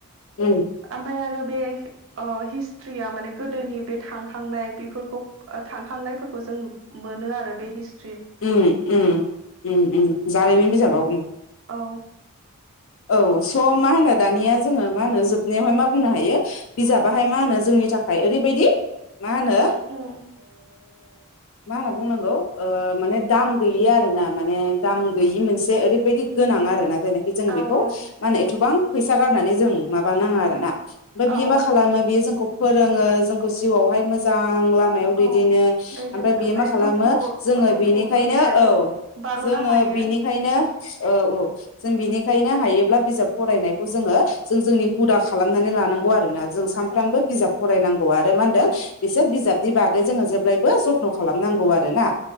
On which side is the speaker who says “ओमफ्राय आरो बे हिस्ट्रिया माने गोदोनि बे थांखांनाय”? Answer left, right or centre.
Right